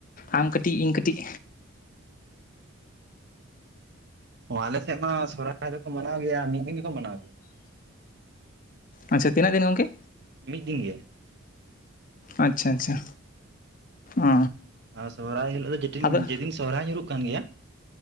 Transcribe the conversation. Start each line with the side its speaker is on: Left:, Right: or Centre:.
Left: ᱟᱢ ᱠᱟᱹᱴᱤᱡ ᱤᱧ ᱠᱟᱹᱴᱤᱡ,
Right: ᱚ ᱟᱞᱮ ᱥᱮᱫ ᱢᱟ ᱥᱚᱨᱦᱟᱭ ᱫᱚᱠᱚ ᱢᱟᱱᱟᱣ ᱜᱮᱭᱟ ᱢᱤᱫ ᱫᱤᱱ ᱜᱮᱠᱚ ᱢᱟᱱᱟᱣ ᱜᱮᱭᱟ,
Left: ᱟᱪᱼᱪᱷᱟ ᱛᱤᱱᱟᱜ ᱫᱤᱱ ᱜᱚᱝᱠᱮ?
Right: ᱢᱤᱫ ᱫᱤᱱ ᱜᱮ,
Left: ᱟᱪᱪᱷᱟ ᱟᱪᱪᱷᱟ ᱚ,
Right: ᱟᱨ ᱥᱚᱦᱚᱨᱟᱭ ᱦᱤᱞᱳᱜ ᱫᱚ
Left: ᱟᱫᱚ
Right: ᱡᱮᱫᱤᱱ ᱥᱚᱦᱟᱭ ᱧᱩᱨᱩᱜ ᱠᱟᱱ ᱜᱮᱭᱟ,